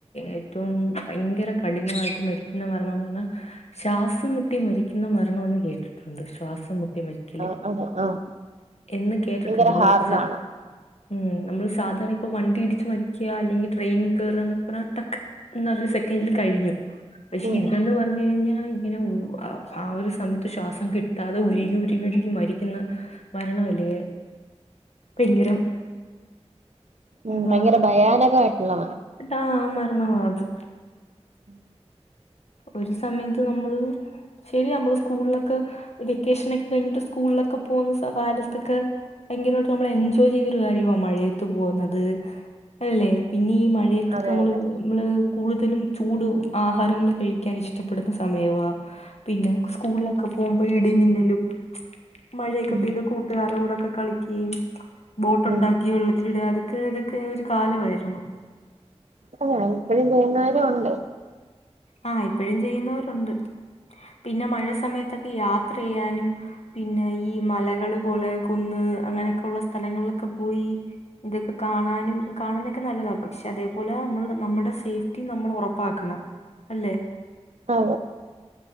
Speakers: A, on the left; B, on the right.
A: ഏറ്റവും ഭയങ്കര കഠിനമായിട്ട് മരിക്കുന്ന മരണൊന്ന് പറ്ഞ്ഞ ശ്വാസം മുട്ടി മരിക്കുന്ന മര്ണൊന്ന് കേട്ടിട്ടുണ്ട്. ശ്വാസം മുട്ടി മരിക്കല്
B: ആഹ് ആഹ്
A: എന്ന് കേട്ട്ട്ടുണ്ട്.
B: ഭയങ്കര
A: അത്
B: ഹാർഡാണ്
A: സ ഉം നമ്മള് സാധാര്ണ ഇപ്പൊ വണ്ടി ഇടിച്ച് മരിക്ക, അല്ലെങ്കി ട്രെയിൻ കേറ ന്നൊക്ക പറഞ്ഞ ടക്ക് ന സെക്കൻഡില് കഴിഞ്ഞു പക്ഷെ
B: ഉം
A: ഇതെന്ന് പറഞ്ഞു കഴിഞ്ഞാൽ ആഹ് ഒരു സമയത്ത് ശ്വാസം കിട്ടാതെ ഉരുകി, ഉരുകി ഉുരുകി മരിക്ക്ന്ന ആണോലേ, ഭയങ്കരം.
B: ഉം
A: അതാ
B: ഭയങ്കര ഭയാനകായിട്ടുള്ളത
A: ട്ടാ മരണമാത്
B: ഉം
A: ഒര് സമേത്ത് നമ്മള് ശെരിയ നമ്മള് സ്കൂളിലൊക്ക വെക്കേഷൻ ഒക്ക കഴിഞ്ഞിട്ട്, സ്കൂളിലൊക്ക പോവുന്ന കാലത്തൊക്ക? ഭയങ്കരായിട്ട് നമ്മൾ എൻജോയ് ചെയ്തൊരു കാര്യാ മഴയത്ത് പോവുന്നത്. അല്ലെ പിന്നീ മ ഴത്തൊക്ക
B: അതെ
A: നമ്മള്
B: അതെ
A: മ്മള് കൂടുതലും ചൂട് ആഹാരങ്ങള് ഇഷ്ടപ്പെടുന്ന സമയവാ, പിന്നെ സ്കൂളിലൊക്ക പോവുമ്പഴ് ഇടി മിന്നലും. മഴയൊക്ക
B: ഉം
A: പെയ്ത് കൂട്ടുകാര്ടെ കൂടൊക്ക കളിക്കേം ബോട്ട് ഉണ്ടാക്കി
B: ഉം
A: വെള്ളത്തിലിടാ ക്ക ഇതൊക്കെ ഒരു കാലവായിരുന്നു.
B: അല്ല ഇപ്പഴും ചെയുന്നവരു ഉണ്ട്.
A: ആഹ് ഇപ്പഴും ചെയ്യുന്നവരുണ്ട്. പിന്നെ മഴ സമയത്തൊക്ക യാത്ര യ്യാനും, പിന്നെ ഈ മലകള് പോല കുന്ന് അങ്ങനെയൊക്ക ഉള്ള സ്ഥലങ്ങളിലൊക്ക പോയി ഇതൊക്ക കാണാനും കാണാനൊക്ക നല്ലത അതേപോലെ നമ്മ നമ്മടെ സേഫ്റ്റി നമ്മൾ ഒറപ്പാക്കണം. അല്ലെ
B: ആ